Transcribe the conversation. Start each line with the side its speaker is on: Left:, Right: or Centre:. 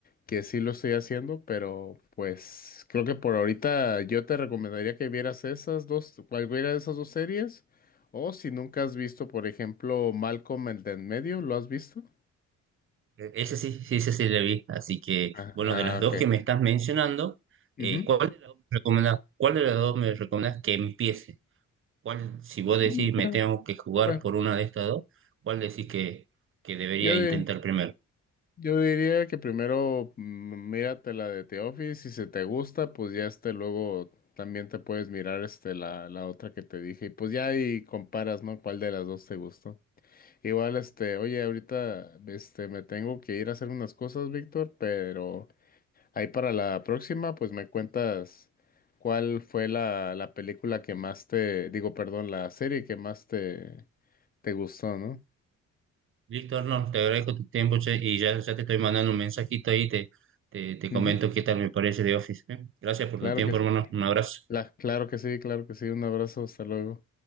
Left: que sí lo estoy haciendo, pero pues creo que por ahorita yo te recomendaría que vieras esas dos, cualquiera de esas dos series, o si nunca has visto, por ejemplo, Malcolm el de en medio, ¿lo has visto?
Right: Eh, Ese sí, sí, ese sí le vi. Así que,
Left: Ah,
Right: bueno,
Left: ah,
Right: de las
Left: ok.
Right: dos que me estás mencionando,
Left: Ujú.
Right: eh, ¿cuál de las dos me recomendás, cuál de las dos me recomendás que empiece? ¿Cuál, si vos decís
Left: Mm,
Right: me
Left: Bueno,
Right: tengo que jugar
Left: bueno,
Right: por una de estas dos, cuál decís que, que debería
Left: yo,
Right: intentar
Left: eh,
Right: primero?
Left: Yo diría que primero mm, mírate la de The Office, si se te gusta, pues ya este luego también te puedes mirar este la, la otra que te dije y pues ya ahí comparas, ¿no? ¿Cuál de las dos te gustó? Igual este, oye, ahorita este me tengo que ir a hacer unas cosas, Víctor, pero ahí para la próxima pues me cuentas cuál fue la, la película que más te, digo, perdón, la serie que más te, te gustó, ¿no?
Right: Listo, Arnold, te agradezco tu tiempo, che, y ya, ya te estoy mandando un mensajito ahí, te, te, te comento
Left: Ujú,
Right: qué tal me parece de Office. ¿eh? Gracias por
Left: Claro
Right: tu tiempo,
Left: que sí.
Right: hermano. Un abrazo.
Left: La- claro que sí, claro que sí. Un abrazo, hasta luego.